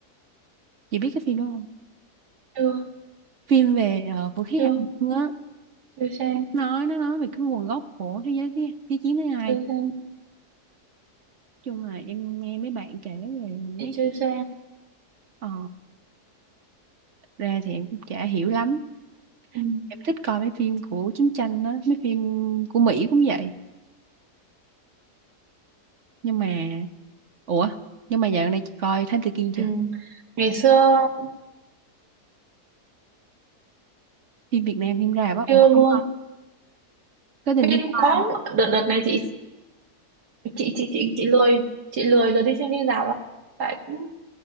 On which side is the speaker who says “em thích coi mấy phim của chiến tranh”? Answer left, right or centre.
Right